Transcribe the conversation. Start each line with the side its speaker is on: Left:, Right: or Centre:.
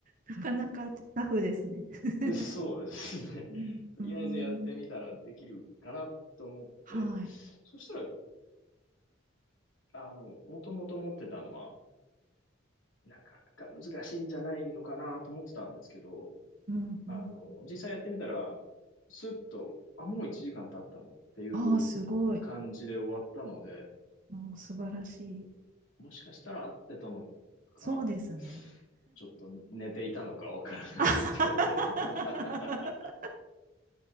Right: なかなかタフですね。<laughs>
Left: そうですね。
Right: うん、
Left: <laughs> とりあえずやってみたらできるかなと思って、
Right: うーんはい。
Left: そしたら、あの、もともと持ってたのは、なかなか難しいんじゃないのかなと思ってたんですけど、
Right: うんうん。
Left: あの、実際やってみたら、スッと、あ、もう1時間経ったのっていう感じで終わったので、
Right: ああ、すごい。もう素晴らしい。
Left: もしかしたら合ってたのか、
Right: そうですね。
Left: ちょっと寝ていたのかわからないですけど。
Right: <laughs> あはは
Left: <laughs>